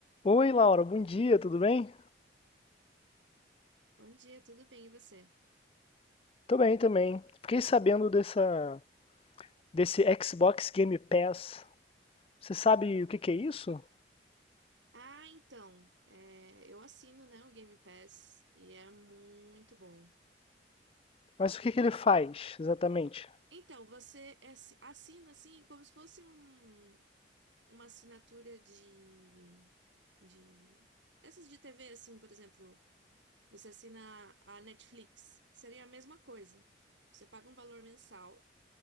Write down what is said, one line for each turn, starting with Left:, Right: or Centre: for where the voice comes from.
Left: Oi, Laura, bom dia, tudo bem?
Right: Bom dia, tudo bem e você?
Left: Tô bem também. Fiquei sabendo dessa, desse Xbox Game Pass. Você sabe o que que é isso?
Right: Ah, então, é, eu assino, né, o Game Pass e é muito bom.
Left: Mas o que que ele faz exatamente?
Right: Então, você assi- assina assim como se fosse um- uma assinatura de, de essas de TV, assim, por exemplo, você assina a Netflix, seria a mesma coisa. Você paga um valor mensal